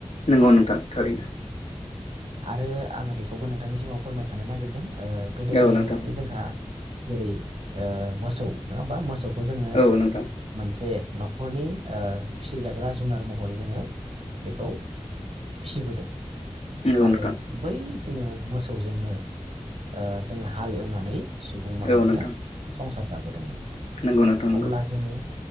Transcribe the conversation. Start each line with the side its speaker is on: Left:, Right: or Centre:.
Left: नंगौ नोंथां थारैनो
Right: आरो आङो बेखौबो नोंथांनि सिगाङाव फोरमायखा नो नागिरदों गोदो
Left: औ
Right: गोदायनिफ्रायनो
Left: नोंथां
Right: जोंहा जेरै ओ मोसौ ना होनबा मोसौ खौ जोङो
Left: औ नोंथां
Right: मोनसे न'खरनि ओ फिसिजाग्रा जुनार महरै जोङो बेखौ फिसिबोदों
Left: नंगौ
Right: आरो
Left: नोंथां
Right: बै जोङो मोसौजोंनो ओ जोङो हाल एवनानै सुबुं माहारिया
Left: औ नोंथां
Right: संसार बोदोंमोन
Left: नंगौ नोंथां नंगौ
Right: अब्ला जोङो